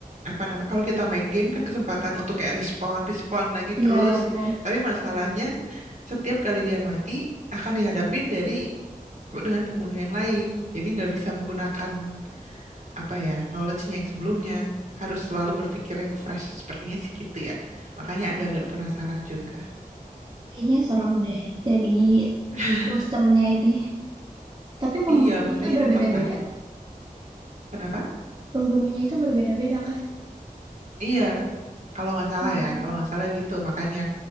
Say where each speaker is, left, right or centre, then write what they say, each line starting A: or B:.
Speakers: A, on the right (about 50°); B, on the right (about 30°).
A: apa namanya? Kalau kita main game kan kesempatan untuk kayak respon, respon lagi
B: Iya,
A: terus.
B: benar.
A: Tapi masalahnya setiap kali dia mati akan dihadapin dari dengan pembunuh yang lain. Jadi nggak bisa menggunakan apa ya knowledge-nya yang sebelumnya. Harus selalu berpikir yang fresh. Sepertinya sih gitu ya. Makanya agak-agak penasaran juga.
B: Kayaknya serem deh. Jadi
A: <laughs>
B: posternya ini. Tapi pembunuhnya
A: Iya, makanya
B: itu berbeda-beda.
A: tertarik. Kenapa?
B: Pembunuhnya itu berbeda-beda kah?
A: Iya, kalau nggak salah
B: Hmm.
A: ya, kalau nggak salah gitu. Makanya